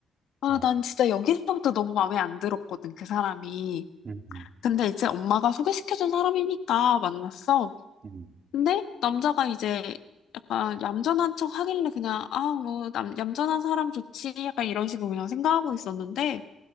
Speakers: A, on the left; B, on the right.
A: 아,
B: 어,
A: 난 진짜 여기서부터 너무 마음에 안 들었거든, 그 사람이.
B: 음, 음,
A: 근데 이제 엄마가 소개시켜준 사람이니까 만났어.
B: 음,
A: 근데 남자가 이제 약간 얌전한 척 하길래 그냥 아, 뭐, 남, 얌전한 사람 좋지. 약간 이런 식으로 그냥 생각하고 있었는데